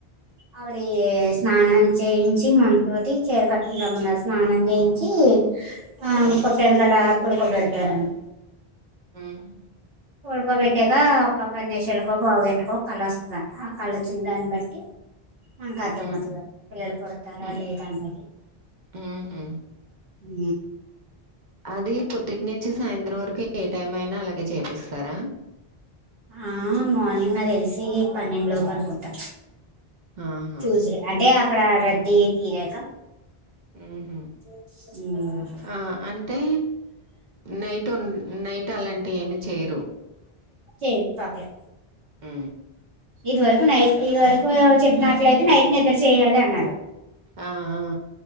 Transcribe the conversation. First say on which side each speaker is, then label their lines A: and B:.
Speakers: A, on the right (about 70°); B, on the right (about 55°).
A: ఆవిడీ స్నానం చేయించి మన్తోటి చీర కట్టుకుని రమ్మున్నరు స్నానం చేయించీ. ఆ
B: హ్మ్.
A: తొట్టెనకాలా పడుకోబెడతారండ్
B: ఊహు
A: పడుకోబెట్టాకా ఒక పది నిమిషాలకో పావుగంటకో కళొస్తదంటా ఆ కళొచ్చిన దాన్ని బట్ టి మనకు అర్ధమైతదం
B: హ్మ్.
A: పిల్లలు పుడతారా
B: హ్మ్.
A: లేదా అనేది
B: హుహు.
A: ఊ
B: అది పొద్దుటి నుంచి సాయంత్రం వరకు ఏ టైం అయినా అలాగే చేపిస్తారా.
A: ఆ మార్నింగ్ నాక్ తెలిసీ పన్నెండు లోపు అనుకుంటా
B: ఆహా!
A: ట్యూస్డే. అంటే అక్కడా రద్దీ తీరాకా
B: ఊహు
A: మ్
B: ఆ అంటే నైటున్ నైట్ ట్ అలాంటియి ఏమి చేయరు.
A: చెయ్యన్ పర్లే
B: ఊ
A: ఇది వరకు నైట్ ఇది వరకు చెప్పినట్లయితే నైట్ నిద్ర చెయ్యాలి అన్నారు.
B: ఆ! ఆ!